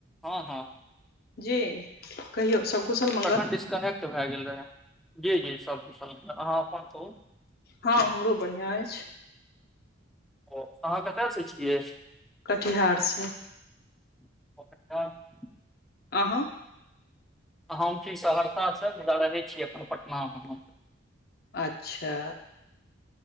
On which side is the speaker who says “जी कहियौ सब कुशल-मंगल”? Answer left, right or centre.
Left